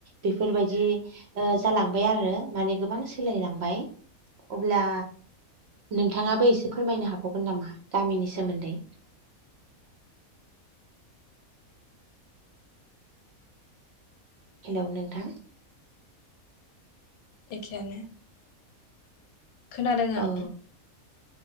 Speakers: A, on the right (about 60°); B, on the left (about 80°).
A: बेफो फोरबायदि ओ जालांबाय आरो माने गोबां सोलायलांबाय अब्ला नोंथाङाबो एसे फोरमायनो हाबावगोन नामा गामिनि सोमोन्दै। हेलौ, नोंथां।
B: एखेयानो। खोनादों आं।
A: औ